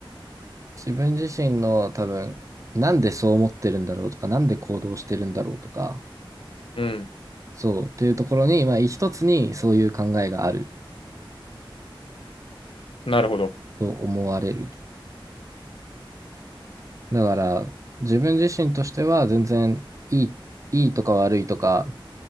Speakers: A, on the right (about 35°); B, on the left (about 80°).
A: 自分自身の多分、なんでそう思ってるんだろうとか、なんで行動してるんだろうとか、
B: うん。
A: そう、っていうところに、まあ、一つにそういう考えがある
B: なるほど。
A: と思われる。だから、自分自身としては全然いい、いいとか悪いとか、